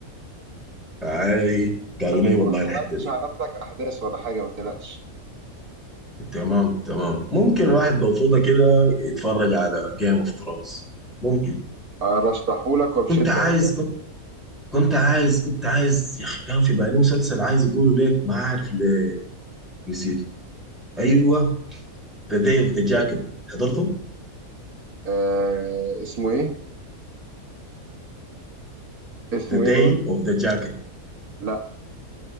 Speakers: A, in the centre; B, on the right.
A: اي قالوا
B: فانت
A: لي
B: ما
A: والله الحته
B: حرقتش
A: دي
B: على نفسك احداث ولا حاجه ما تقلقش
A: تمام تمام ممكن الواحد لو فضى كده يتفرج على جيم اوف ثرونز ممكن
B: ارشحهولك وبشده
A: كنت عايز
B: والله
A: كنت كنت عايز كنت عايز يا اخي كان في بالي مسلسل عايز اقوله ليك ما عارف ليه نسيته ايوه ذا داي اوف ذا جاكيت حضرته
B: آه اسمه ايه اسمه
A: ذا داي
B: ايه بقول لك؟
A: اوف ذا جاكيت
B: لا